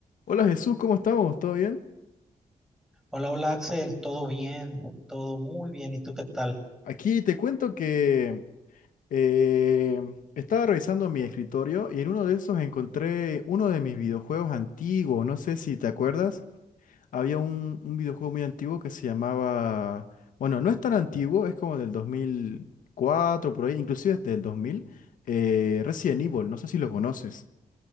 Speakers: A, on the left (about 80°); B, in the centre.
A: Hola Jesús, ¿cómo estamos? ¿Todo bien?
B: Hola, hola Axel, todo bien, todo muy bien. ¿Y tú qué tal?
A: Aquí te cuento que eh, estaba revisando mi escritorio y en uno de esos encontré uno de mis videojuegos antiguos. No sé si te acuerdas. Había un, un videojuego muy antiguo que se llamaba... Bueno, no es tan antiguo, es como del dos mil cuatro por ahí, inclusive desde el 2000. eh, Resident Evil, no sé si lo conoces.